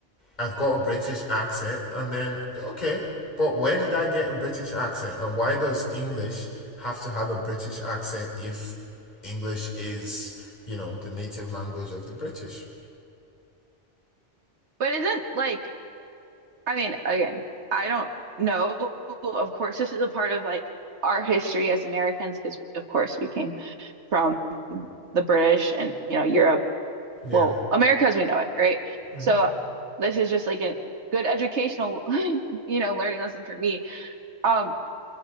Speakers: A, on the left (about 35°); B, on the right (about 70°).
A: I've got a British accent, and then okay, but where did I get a British accent, and why does English have to have a British accent if English is, you know, the native language of the British?
B: But isn't like I mean, again, I don't know. Of course, this is a part of like our history as Americans, because of course we came from the British and, you know, Europe.
A: Yeah.
B: Well, America as we know it, right?
A: Mm-hmm.
B: So this is just like a good educational, <laughs> you know, learning lesson for me. Um,